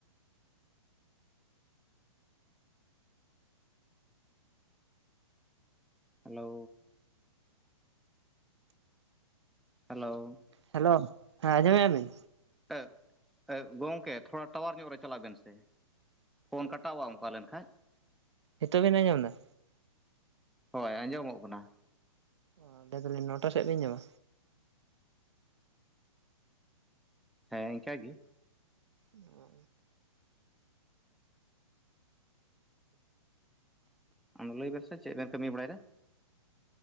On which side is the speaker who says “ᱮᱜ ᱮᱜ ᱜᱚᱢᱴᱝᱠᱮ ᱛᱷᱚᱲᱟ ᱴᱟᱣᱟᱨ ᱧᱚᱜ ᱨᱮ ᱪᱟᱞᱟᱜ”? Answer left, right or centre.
Centre